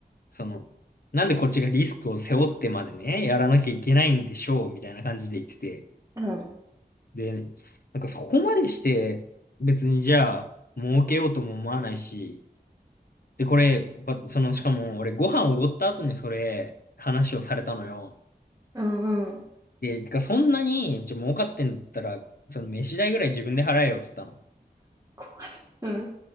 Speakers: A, on the left (about 65°); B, on the right (about 20°).
A: その、なんでこっちがリスクを背負ってまでね、やらなきゃいけないんでしょう、みたいな感じで言ってて。
B: うん、
A: で、なんかそこまでして、別にじゃあ、儲けようとも思わないし、で、これ、わその、しかも俺ご飯おごった後にそれ、話をされたのよ。
B: うん、うん。
A: で、てかそんなに、じゃ儲かってんだったら、その飯代ぐらい自分で払えよって言ったの。
B: 怖い。うん、